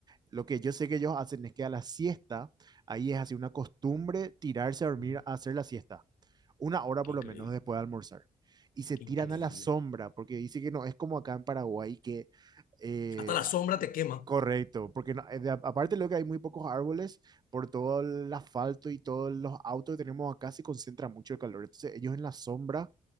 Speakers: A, on the right (about 30°); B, on the left (about 80°).
A: lo que yo sé que ellos hacen es que a la siesta, ahí es así una costumbre tirarse a dormir
B: Ujú.
A: a hacer la siesta una hora
B: Qué
A: por
B: increíble,
A: lo menos después de almorzar. Y se
B: qué
A: tiran
B: increíble.
A: a la sombra, porque dice que no, es como acá en Paraguay, que eh,
B: Hasta la sombra
A: ah,
B: te quema.
A: Correcto, porque no- eh, de- aparte de lo que hay muy pocos árboles, por todo el asfalto y todos los autos que tenemos acá se concentra mucho el calor. Entonces ellos en la sombra